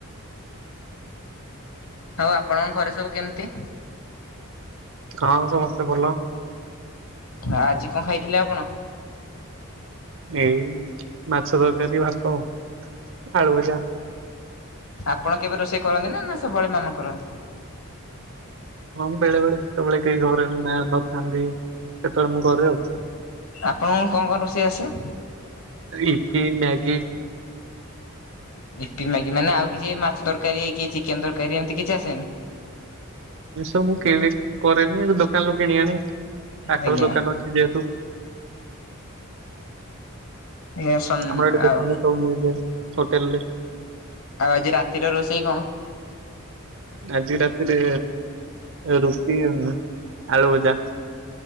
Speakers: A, on the left; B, on the right.
A: ଆଉ ଆପଣଙ୍କ ଘରେ ସବୁ କେମିତି?
B: ହଁ ସମସ୍ତେ ଭଲ।
A: ଆଜି କଣ ଖାଇଥିଲେ ଆପଣ?
B: ଏଇ ମାଛ ତରକାରୀ, ଭାତ, ଆଳୁଭଜା।
A: ଆପଣ କେବେ ରୋଷେଇ କରନ୍ତି ନା ନା ସବୁବେଳେ ମାମା କରନ୍ତି?
B: ହଁ ବେଳେ ବେଳେ ଯେତେବେଳେ କେହି ଘରେ ନା ନ ଥାନ୍ତି କେତେବେଳେ ମୁଁ କରେ ଆଉ।
A: ଆପଣଙ୍କୁ କଣ କଣ ରୋଷେଇ ଆସେ?
B: ଇପି, ମ୍ୟାଗି।
A: ଇପୀ ମାଗି ମାନେ ଆଉ କିଛି ମାଛ ତରକାରୀ କି ଚିକେନ୍ ତରକାରୀ ଏମିତି କିଛି ଆସେନି?
B: ଏ ସବୁ ମୁଁ କିଣିକି କରେନି ଦୋକାନରୁୁ କିଣି ଆଣେ ପାଖରେ
A: ଆଜ୍ଞା
B: ଦୋକାନ ଅଛି। ଯେହେତୁ
A: ଆଜ୍ଞା ସନ୍
B: ଆମର ଏଇଠି
A: ଆଉ
B: ଦୋକାନରେ ସବୁ ମିଳିଯାଏ ହୋଟେଲରେ।
A: ଆଉ ଆଜି ରାତିର ରୋଷେଇ କଣ?
B: ଆଜି ରାତିରେ ରୁଟି, ଆଳୁ ଭଜା।